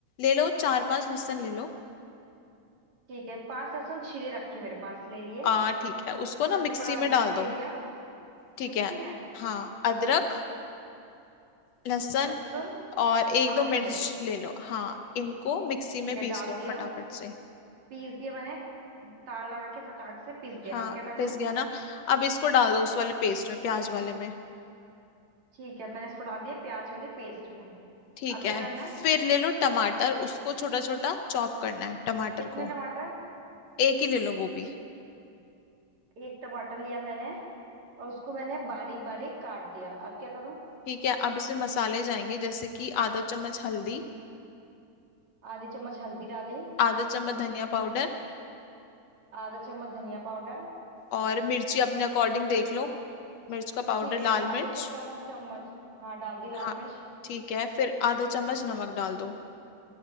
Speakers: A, on the left; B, on the right.
A: ले लो चार पांच लहसुन ले लो
B: ठीक है पांच लहसुन छीले रखे मेरे पास ले लिए
A: आ ठीक है उसको
B: थोड़ा
A: ना मिक्सी
B: टुकड़ा अदरक
A: में डाल
B: ले
A: दो
B: लिया
A: ठीक
B: मिक्सी
A: है
B: में
A: हाँ अदरक लहसुन
B: लहसुन
A: और एक
B: और
A: दो
B: हरी
A: मिर्च
B: मिर्च
A: ले लो हाँ इनको मिक्सी
B: ठीक
A: में
B: है
A: पीस
B: डाल
A: लो
B: दिया
A: फटाफट से
B: पीस दिया मैंने तार लगा के फटाक से पीस गया
A: हाँ
B: अब क्या करना
A: पिस
B: है
A: गया ना अब इसको डाल दो उस वाले पेस्ट में प्याज वाले में
B: ठीक है मैंने इसको डाल दिया प्याज वाले पेस्ट में
A: ठीक
B: अब क्या
A: है
B: करना है
A: फिर ले लो टमाटर उसको छोटा छोटा चॉप करना है टमाटर
B: कितने
A: को
B: टमाटर
A: एक ही ले लो वो भी
B: एक टमाटर लिया मैंने और उसको मैंने बारीक बारीक काट दिया अब क्या करूं
A: ठीक है अब इसमें मसाले जाएंगे जैसे कि आधा चम्मच हल्दी
B: आधी चम्मच हल्दी डाली
A: आधा चम्मच धनिया पाउडर
B: आधा चम्मच धनिया पाउडर
A: और मिर्ची अपने अकॉर्डिंग देख लो मिर्च का पाउडर
B: ठीक है
A: लाल
B: आधे
A: मिर्च
B: से कम चम्मच हाँ डाल दी लाल
A: हाँ
B: मिर्च
A: ठीक है फिर आधा चम्मच नमक डाल दो